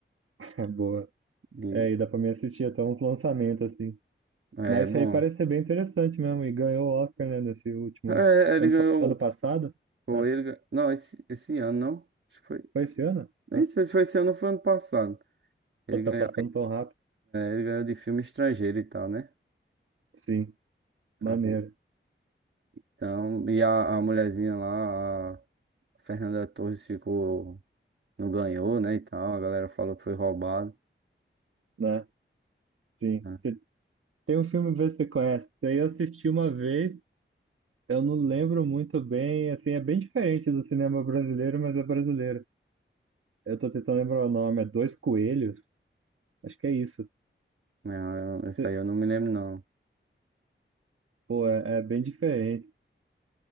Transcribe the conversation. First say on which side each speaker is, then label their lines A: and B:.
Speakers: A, on the right (about 85°); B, on the right (about 65°).
A: <laughs> boa.
B: E
A: É, e dá pra mim assistir até uns lançamentos, assim.
B: é
A: Mas
B: bom.
A: isso aí parece ser bem interessante mesmo. E ganhou o Oscar, né, nesse último.
B: É, ele
A: Ano,
B: ganhou,
A: pa- ano passado?
B: ou
A: É,
B: ele, gan- não, esse, esse ano não, acho que foi,
A: foi esse ano?
B: nem
A: É,
B: sei se foi esse ano ou foi ano passado. Ele
A: só tá
B: ganhou,
A: passando
B: é,
A: tão rápido.
B: ele ganhou de filme estrangeiro e tal, né?
A: Sim, maneiro,
B: Aí, então, e a, a mulherzinha lá, a Fernanda Torres ficou, não ganhou, né, e tal, a galera falou que foi roubado.
A: né? Sim.
B: né?
A: Te- Tem um filme, vê se você conhece. Isso aí eu assisti uma vez, eu não lembro muito bem. Assim, é bem diferente do cinema brasileiro, mas é brasileiro. Eu tô tentando lembrar o nome. É Dois Coelhos? Acho que é isso.
B: Não, eu- isso
A: Cê-
B: aí eu não me lembro, não.
A: Pô, é, é bem diferente.